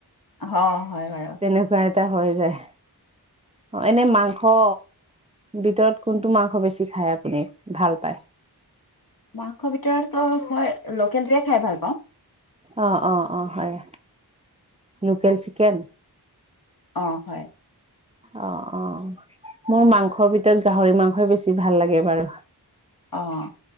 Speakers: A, on the left; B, on the right.
A: অ', হয়। বাৰু,
B: তেনেকুৱা এটা হয়ে যায়। অ', এনে মাংস ভিতৰত কোনটো মাংস বেছি খায় আপুনি ভাল পায়? <inaudible>
A: মাংসৰ ভিতৰতো মই লোকেলটোৱে খাই ভাল পাওঁ।
B: অ', অ', অ', হয়, লোকেল চিকেন?
A: অ', হয়।
B: অ', অ', মোৰ মাংসৰ ভিতৰত গাহৰি মাংসই বেছি ভাল লাগে বাৰু।
A: অ',